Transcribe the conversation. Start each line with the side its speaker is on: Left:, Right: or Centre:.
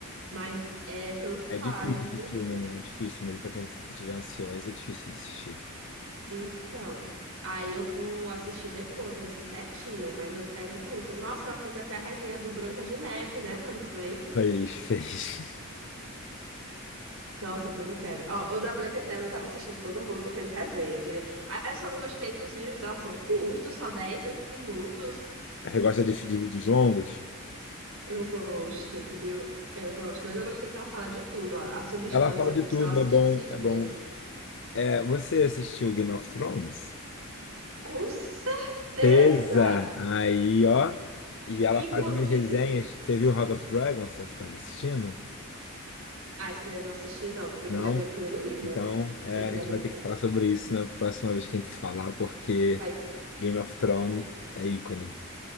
Right: mas é, pelo que falaram,
Left: É difícil
Right: é muito
Left: esse filme,
Right: bom.
Left: né? É difícil mesmo. Pra quem estiver ansiosa, é difícil assistir.
Right: Então, aí eu vou assistir depois, assim, certinho, mas eu quero muito. Nossa, ela fez até a resenha do Branca de Neve, né, também.
Left: Fez, fez.
Right: Nossa, pois eu quero. Ó, o da Branca de Neve eu tava assistindo todo mundo que fez resenha, entendeu? Aí eu só não gostei que os vídeos dela são curtos, só 10, 8 minutos.
Left: <laughs> Você gosta de, de vídeos longos?
Right: Eu gosto, entendeu? Eu gosto, mas eu gostei que ela fala de tudo, ó. A substância,
Left: Ela fala de
Right: por
Left: tudo,
Right: sinal, eu assisti
Left: é bom,
Right: esses
Left: é
Right: dias.
Left: bom. É, você assistiu Game of Thrones?
Right: Com certeza!
Left: Tesa! Aí, ó. E ela
Right: Inclusive.
Left: faz umas resenhas.
Right: os-
Left: Você viu House of Dragons? Você estava assistindo?
Right: Ah, isso daí eu não assisti, não, porque eu
Left: Não?
Right: queria ver primeiro o livro.
Left: Então, é,
Right: Eu queria
Left: a gente
Right: ler
Left: vai
Right: primeiro.
Left: ter que falar sobre isso na próxima vez que a gente se falar, porque
Right: Vai,
Left: Game of Thrones
Right: vai.
Left: é ícone.